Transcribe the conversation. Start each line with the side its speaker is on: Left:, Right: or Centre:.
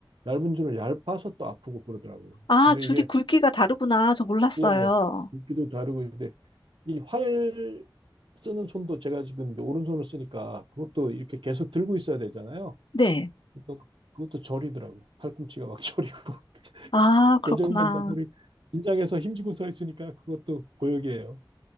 Right: 얇은 줄은 얇아서 또 아프고 그러더라고요.
Left: 아,
Right: 근데
Left: 줄이
Right: 이게
Left: 굵기가 다르구나. 저 몰랐어요.
Right: 예, 굵기도 다르고, 근데 이 활 쓰는 손도 제가 지금 이제 오른손을 쓰니까 그것도 이렇게 계속 들고 있어야 되잖아요.
Left: 네.
Right: 그러니까 그것도 저리더라고요. 팔꿈치가 막 <laughs> 저리고.
Left: 아, 그렇구나.
Right: 고정된 자세로 긴장해서 힘주고 서 있으니까 그것도 고역이에요.